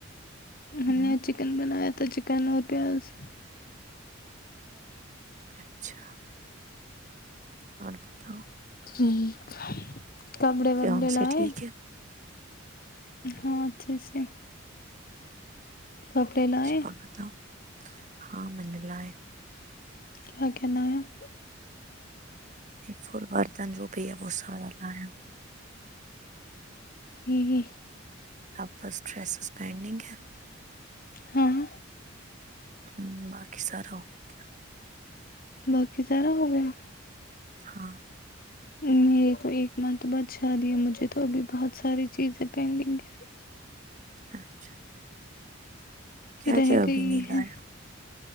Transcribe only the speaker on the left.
ہم
نے چکن بنایا تھا تو چکن اور پیاز <unintelligible>
ٹھیک <unintelligible> کبڑے وبڑے
ل ہے
ہاں اچھا ا سے کپڑے
لائے <unintelligible>
کیا کہنا ہے؟ <unintelligible>
ہی <unintelligible>
ہاں
باقی سارا ہو گیا
میرے کو ایک منتھ بعدشادی ہے، مجھے تو ابھی بہت ساری چیزیں پینڈنگ ہیں
رہ
گئی
ہے